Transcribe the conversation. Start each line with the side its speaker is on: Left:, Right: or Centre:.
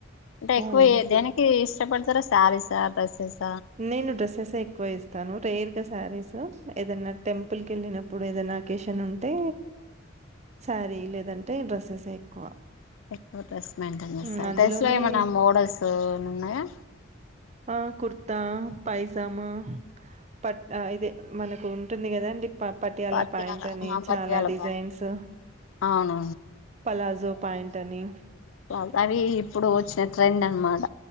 Left: టే ఎక్కువ
Right: ఆరెంజ్
Left: దేనికి ఎస్ కొంటరా శారీస డ్రెస్సెస్
Right: నేను డ్రెస్సెస్ ఎక్కువ ఇస్తాను రేర్ గా శారీస్ ఏదన్నా టెంపుల్కి వెళ్ళినప్పుడు ఏదైనా అకేషన్ ఉంటే శారీ లేదంటే డ్రెస్సెస్ ఏ ఎక్కువ
Left: ఎక్కువ డ్రెస్ మెయింటైన్ చేస్తారు
Right: హ్మ్. అందులోనే
Left: డ్రెస్ లో ఏమైనా మోడల్స్ ఉన్నాయా
Right: ఆ కుర్తా పైజామా పట్ ఇదే మనకు ఉంటుంది కదా అండి ప పటియాల
Left: పత్యాల
Right: ప్యాంట్ అని చాలా
Left: పత్యాల
Right: డిజైన్స్
Left: పాయింట్ అవును
Right: పలాజో ప్యాంట్ అని
Left: ప్లా అవి ఇప్పుడు వచ్చిన ట్రెండ్ అన్ మాట